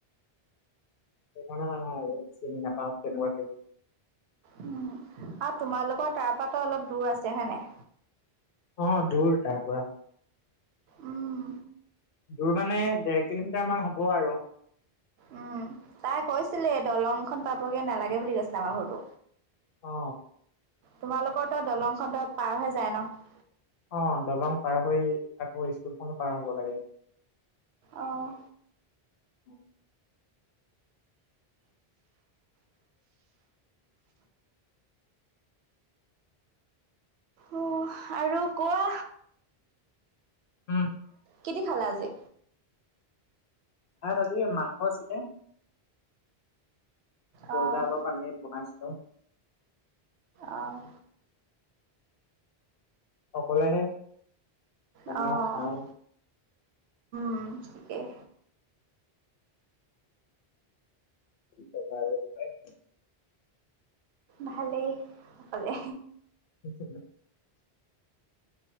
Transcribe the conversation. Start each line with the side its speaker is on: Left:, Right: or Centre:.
Left: সেইকাৰণে মানে বাৰু চিনি নাপাও কেনেবাকে।
Right: উম, আৰু তোমালোকৰ তাৰ পৰা ত অলপ দূৰ আছে হয় নাই?
Left: অ দূৰ তাৰ পৰা।
Right: উম।
Left: দূৰ মানে, ডেৰ কিলোমিটাৰ মান হ'ব আৰু।
Right: উম, তাই কৈছিলে দলংখন পাবগে নালাগে বুলি কৈছিলে আমাৰ ঘৰটো।
Left: অ।
Right: তোমালোকৰতো দলংখনতো পাৰ হৈ যায় ন'?
Left: অ', দলং পাৰ হৈয়ে আকৌ স্কুলখনো পাৰ হব লাগে।
Right: অ'।
Left: <inaudible>
Right: উম, আৰু কোৱা
Left: উম।
Right: কিদি খালা আজি?
Left: ভাত আজি মাংস আছিলে। বইলা
Right: অ',
Left: অলপ আানি বনাইছোঁ।
Right: অ'।
Left: অকলেহে। বনাও
Right: অ'।
Left: খাও
Right: উম ঠিকেই।
Left: কিবা কবা আৰু, উপায় নাই।
Right: ভালেই অকলে।
Left: <inaudible>